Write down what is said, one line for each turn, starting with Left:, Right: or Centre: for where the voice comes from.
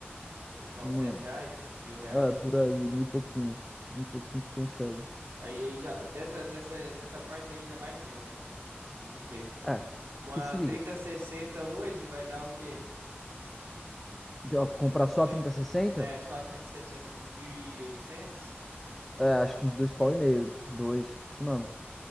Right: 900
Centre: Mano,
Right: reais? Mil reais?
Centre: ah, por aí, meio pouquinho. Meio pouquinho tu consegue.
Right: Aí, aí já, dessa, dessa, dessa parte aí já vai mil, né? Vamos ver.
Centre: É,
Right: Com
Centre: que
Right: a
Centre: se
Right: trinta
Centre: liga.
Right: sessenta hoje vai dar o quê? Um-
Centre: de- ó, comprar
Right: uns
Centre: só
Right: mil.
Centre: a 3060?
Right: É, só a trezentos e sessenta uns mil e oitocentos
Centre: É, acho que uns dois pau e meio. Dois, isso mesmo.